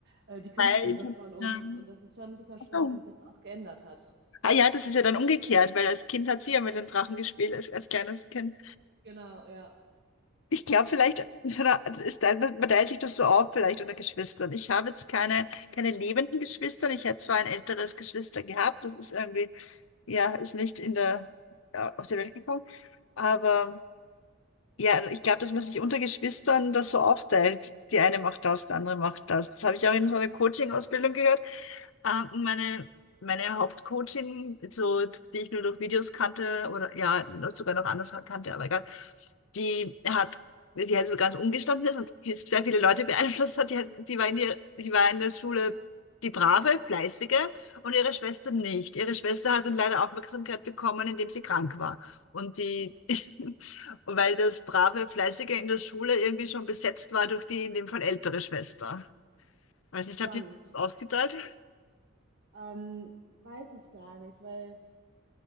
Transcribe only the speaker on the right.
äh, die Künstlerin
von uns.
Und das ist schon super spannend,
wie sich das auch geändert hat.
Genau, ja.
Spannend.
Ähm, weiß ich gar nicht, weil